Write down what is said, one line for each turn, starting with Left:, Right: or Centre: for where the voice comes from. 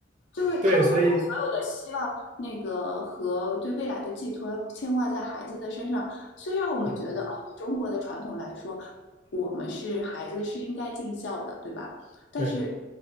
Left: 就是他们会把所有的希望、
Right: 对，所以
Left: 那个和对未来的寄托牵挂在孩子的身上。虽然我们觉得啊，
Right: 嗯，
Left: 以中国的传统来说，我们是孩子是应该尽孝的，对吧？但是
Right: 对，